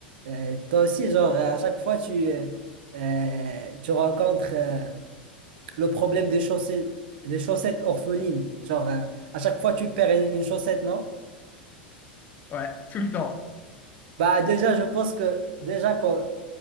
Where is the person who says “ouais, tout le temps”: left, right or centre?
Left